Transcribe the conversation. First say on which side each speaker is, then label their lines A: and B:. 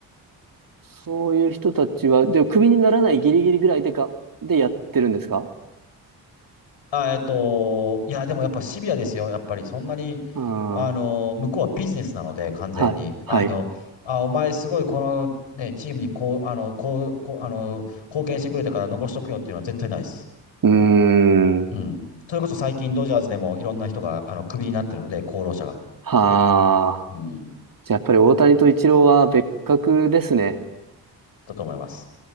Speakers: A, on the right (about 40°); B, on the left (about 65°).
A: そういう人たちは、でもクビにならないギリギリぐらいでか、でやってるんですか
B: あ、えっと、いや、でもやっぱシビアですよ。やっぱりそんなに、
A: うん。
B: あの、
A: は
B: 向こうはビジネスなので、完全に。
A: い。はい。
B: あの、あ、お前すごいこのね、チームにこう、あの、こう、こう、あの、貢献してくれたから残しとくよっていうのは絶対ないです。
A: うーん。
B: うん。それこそ最近ドジャースでもいろんな人が、あの、首になってるので、功労者が。
A: はあ。
B: うん。
A: じゃあやっぱり大谷とイチローは別格ですね。
B: だと思います。